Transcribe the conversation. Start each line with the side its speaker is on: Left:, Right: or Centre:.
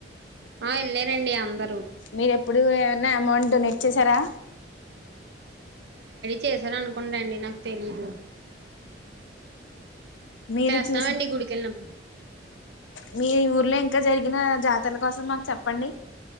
Right: ఆ వెళ్లారు అండి అందరు
Left: మీరు ఎప్పుడు ఏమన్నా అమౌంట్ లేట్ చేసారా?
Right: చేశార అనుకుంట అండి నాకు తెలీదు
Left: మీరు
Right: చేస్తామండి
Left: చూసి
Right: గుడికిెళ్ళినప్పుడు
Left: మీ ఊర్లో ఇంకా జరిగిన జాతరల కోసం మాకు చెప్పండి